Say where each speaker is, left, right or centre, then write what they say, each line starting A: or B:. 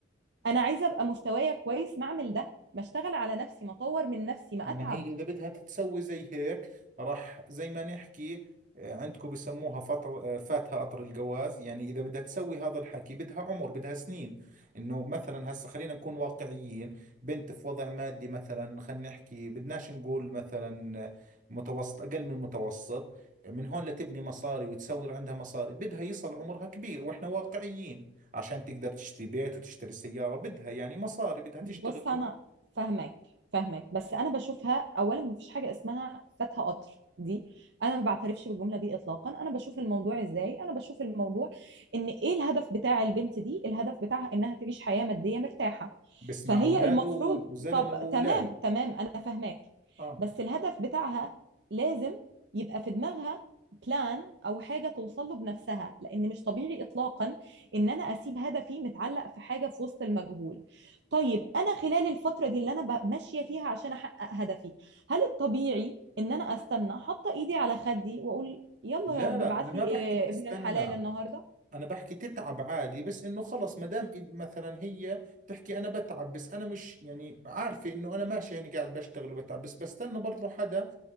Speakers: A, on the right (about 60°); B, on the right (about 40°).
A: أنا عايزة أبقى مستوايا كويس ما أعمل ده ما أشتغل على نفسي ما أطور من نفسي ما
B: ما
A: أتعب
B: هي إذا بدها تتسوي زي هيك راح زي ما نحكي آه، عندكم بسموها فطر آه، فاتها قطر الجواز يعني إذا بدها تسوي هذا الحكي بدها عمر بدها سنين إنه مثلا هسا خلينا نكون واقعيين بنت في وضع مادي مثلا خلينا نحكي بدناش نقول مثلا آه، متوسط أقل من المتوسط من هون لتبني مصاري وتسوي عندها مصاري بدها يصل عمرها كبير وإحنا واقعيين عشان تقدر تشتري بيت وتشتري سيارة بدها يعني مصاري بدها تشتغل
A: بص
B: شغل
A: انا فاهمك فاهمك بس انا بشوفها اولا مفيش حاجه اسمها فاتها قطر دي انا ما بعترفش بالجمله دي اطلاقا انا بشوف الموضوع ازاي انا بشوف الموضوع ان ايه الهدف بتاع البنت دي الهدف بتاعها انها تعيش حياه ماديه مرتاحه
B: بس
A: فهي
B: مع اولاده
A: المفروض
B: وزلمه
A: طب
B: واولاد
A: تمام تمام انا فاهماك
B: اه
A: بس الهدف بتاعها لازم يبقى في دماغها بلان او حاجه توصل له بنفسها لان مش طبيعي اطلاقا ان انا اسيب هدفي متعلق في حاجه في وسط المجهول طيب انا خلال الفتره دي اللي انا ب- ماشيه فيها عشان احقق هدفي هل الطبيعي ان انا استنى حاطه ايدي على خدي واقول يلا
B: لا
A: يا رب ابعت
B: انا ما
A: لي إيه
B: بحكي تستنى
A: ابن الحلال النهارده
B: انا بحكي تتعب عادي بس انه خلص ما دام إد- مثلا هي تحكي انا بتعب بس انا مش يعني عارفه انه انا ماشي هيني قاعد بشتغل وبتعب بس بستنى برضه حدا